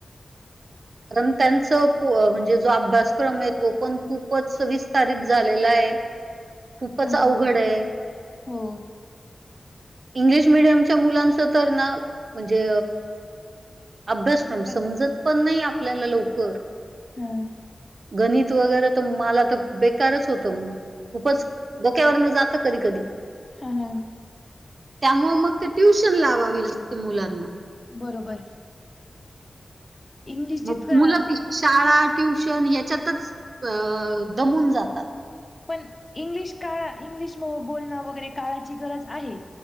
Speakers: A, on the right; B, on the left.
A: कारण त्यांच म्हणजे जो अभ्यासक्रम आहे तो पण खूपच विस्तारित झालेला आहे. खूपच
B: हा
A: अवघड आहे.
B: हो.
A: इंग्लिश मिीडियमच्या मुलांचं तर ना म्हणजे. अभ्यासक्रम
B: खूपच
A: समजत पण नाही आपल्याला लवकर.
B: हा
A: गणित वगैरे तर मला तर बेकारच होत खूपच. धोक्यावरन जात कधी कधी.
B: हा हा.
A: त्यामुळं मग, ते ट्युशन लावावी लागते, मुलांना.
B: बरोबर. इंग्लिश
A: म
B: जितकं
A: मुलं ती शाळा, ट्युशन याच्यातच, अ दमून जातात.
B: पण इंग्लिश काळ, इंग्लिश मं बोलणं वगैरे, काळाची गरज आहे.